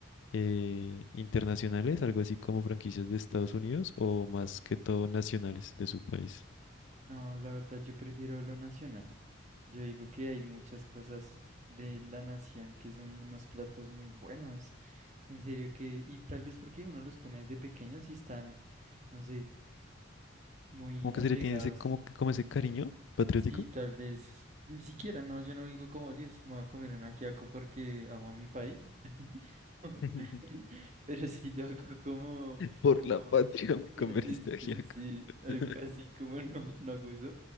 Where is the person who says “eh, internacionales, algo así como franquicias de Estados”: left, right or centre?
Left